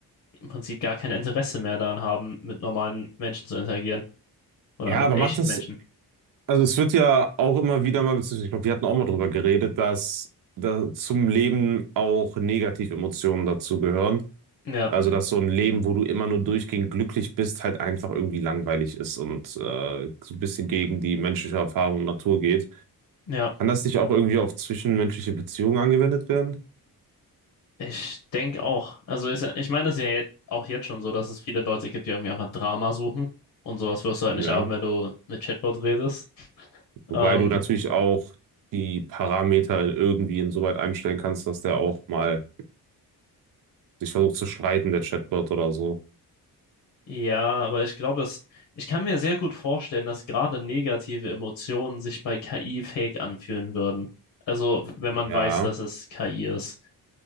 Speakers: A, on the left (about 60°); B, on the right (about 60°).
A: im Prinzip gar kein Interesse mehr daran haben, mit normalen Menschen zu interagieren oder
B: Ja,
A: mit
B: aber
A: echten
B: macht das,
A: Menschen.
B: also es wird ja auch immer wieder mal, beziehungsweise ich glaube, wir hatten auch mal drüber geredet, dass da zum Leben auch negative Emotionen dazugehören.
A: Ja,
B: Also, dass so ein Leben, wo du immer nur durchgehend glücklich bist, halt einfach irgendwie langweilig ist und, äh, so ein bisschen gegen die menschliche Erfahrung und Natur geht.
A: ja,
B: Kann das nicht auch irgendwie auf zwischenmenschliche Beziehungen angewendet werden?
A: ich denke auch. Also ist, ja- ich meine, es ist ja jetzt, auch jetzt schon so, dass es viele Leute gibt, die irgendwie einfach Drama suchen. Und sowas wirst du halt
B: Ja,
A: nicht haben, wenn du mit Chatbot redest.
B: wobei
A: Ähm,
B: du natürlich auch die Parameter irgendwie insoweit einstellen kannst, dass der auch mal sich versucht zu streiten, der Chatbot oder so.
A: ja, aber ich glaube, dass ich kann mir sehr gut vorstellen, dass gerade negative Emotionen sich bei KI fake anfühlen würden. Also, wenn man
B: Ja,
A: weiß, dass es KI ist.